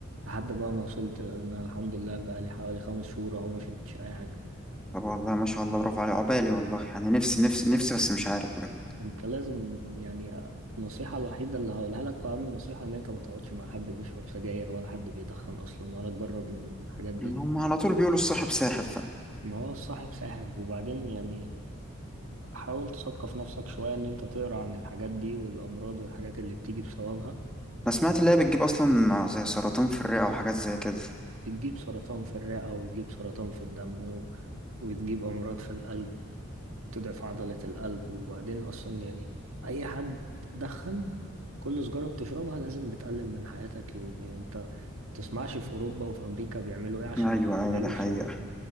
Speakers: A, on the right; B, in the centre.
A: لحد بقى ما وصلت ان انا الحمد لله بقى لي حوالي خمس شهور اهو ما شربتش اي حاجه
B: طب والله ما شاء الله برافو عليك عقبالي والله يعني نفسي نفسي نفسي بس مش عارف بجد
A: انت لازم يعني النصيحه الوحيده اللي هقولها لك واهم نصيحه ان انت ما تقعدش مع حد بيشرب سجاير ولا حد بيدخن اصلا ولا تجرب من الحاجات دي
B: هم على طول بيقولوا الصاحب ساحب
A: ما هو الصاحب ساحب وبعدين يعني حاول تثقف نفسك شويه ان انت تقرا عن الحاجات دي والامراض والحاجات اللي بتيجي بسببها
B: انا سمعت اللي هي بتجيب اصلا زي سرطان في الرئة وحاجات زي كده
A: بتجيب سرطان في الرئه وتجيب سرطان في الدم و... وتجيب امراض في القلب تضعف عضلة القلب وبعدين أصلا يعني أي حد دخن كل سجارة بتشربها لازم بتقلل من حياتك يوم يعني أنت ما تسمعش في أوروبا وفي أمريكا بيعملوا إيه عشان
B: ايوه
A: يقللوا
B: ايوه ده حقيقة
A: الشباب